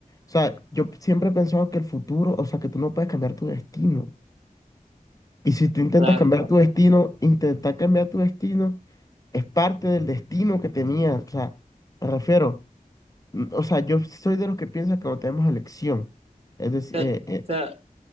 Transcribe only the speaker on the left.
O sea, yo siempre he pensado que el futuro, o sea, que tú no puedes cambiar tu destino. Y si tú intentas
cambiar
tu
destino, intentar cambiar tu destino es parte del destino que tenías. O sea, me refiero, mm, o sea, yo soy de los que piensan que no tenemos elección. Es decir,
eh,
eh,